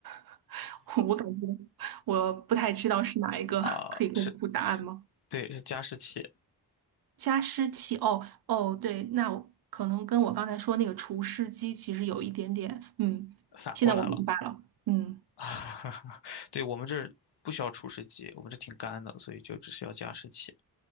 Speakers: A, on the right; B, on the left.
A: <laughs> 我感觉我不太知道是哪一个，
B: 啊，
A: 可以公布答案吗？
B: 是对，是加湿器，
A: 加湿器，哦哦，对，那我可能跟我刚才说那个除湿机其实有一点点，嗯，
B: 反过来了。
A: 现在我明白了，嗯
B: <laughs> 对，我们这儿不需要除湿机，我们这挺干的，所以就只需要加湿器。